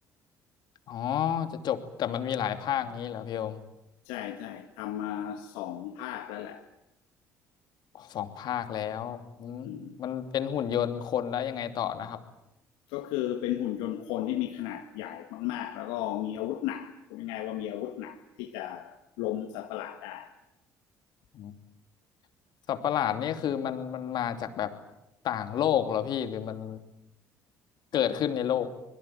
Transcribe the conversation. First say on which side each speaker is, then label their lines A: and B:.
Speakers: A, on the left; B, on the left.
A: อ๋อจะจบแต่มันมีหลายภาคงี้เหรอพี่โอม
B: ใช่ใช่ทำมาสองภาคแล้วแหละ
A: อ๋อสองภาคแล้วอืมมันเป็นหุ่นยนต์คนแล้วยังไงต่อนะครับ
B: อืมก็คือเป็นหุ่นยนต์คนที่มีขนาดใหญ่มากๆแล้วก็มีอาวุธหนักพูดง่ายๆว่ามีอาวุธหนักที่จะล้มสัตว์ประหลาดได้
A: อืมสัตว์ประหลาดนี่คือมันมันมาจากแบบต่างโลกเหรอพี่หรือมันเกิดขึ้นในโลก